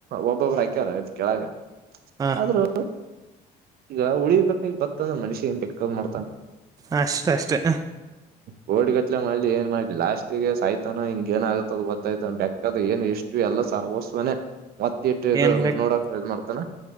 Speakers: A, on the right; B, on the right.
A: ಒಬ್ಬೊಬ್ ಆಾಕ್ಯಲ್ಲ ಇದ್ ಕೆಳಗ
B: ಹ
A: ಆದ್ರೂ ಈಗ ಉಳಿ ಬೇಕಾಗಿ ಬತ್ತತಂದ ಮನುಷಿ ಏನ್ ಬೇಕಾದ ಮಾಡ್ತಾನ
B: ಅಷ್ಟ ಅಷ್ಟೇ
A: ಗೋಡ್ ಗಟ್ಲೆ ಮಾಡಲಿ ಏ ಮಾಡಲಿ ಲಾಸ್ಟ ಿಗೆ ಸಾಯ್ತಾನೋ ಹಿಂಗ ಏನಾಗತ ಅ ಗೊತ್ತಾಯ್ತ ಬೆೇಕಾದ ಏನು ಇಷ್ಟ ಇ ಎಲ್ಲ ಸರ್ವಸ್ವನೇ ಮತ್ತ ಇಟ್ಟು ಇದು
B: ಏನ್ ಬೇಕು
A: ನೋಡಕ ಮಾಡ್ತಾನ